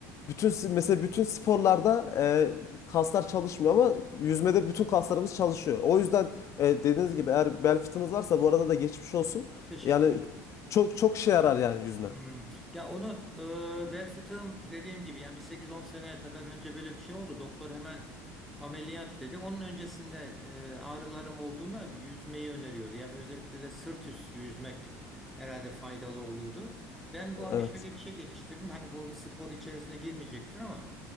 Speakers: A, on the left; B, in the centre.
A: bütün si, mesela bütün sporlarda e, kaslar çalışmıyor ama yüzmede bütün kaslarımız çalışıyor. O yüzden e, dediğiniz gibi eğer bel fıtığınız varsa bu arada da geçmiş olsun.
B: Teşekkür
A: Yani
B: ederim.
A: çok çok şey yarar yani yüzme.
B: Hmm. Ya onu e, bel fıtığım dediğim gibi yani bir sekiz on sene kadar önce böyle bir şey oldu. Doktor hemen ameliyat dedi. Onun öncesinde e, ağrılarım olduğunda bir yüzmeyi öneriyordu. Yani özellikle de sırt üstü yüzmek herhalde faydalı oluyordu. Ben bu ara
A: Evet.
B: şöyle bir şey geliştirdim. Hani bu spor içerisine girmeyecektir ama